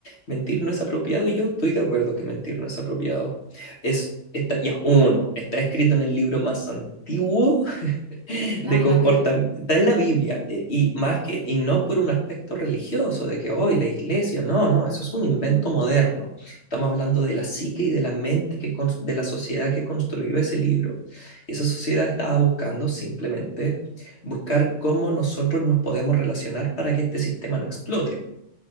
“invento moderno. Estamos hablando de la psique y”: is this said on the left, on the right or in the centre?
Left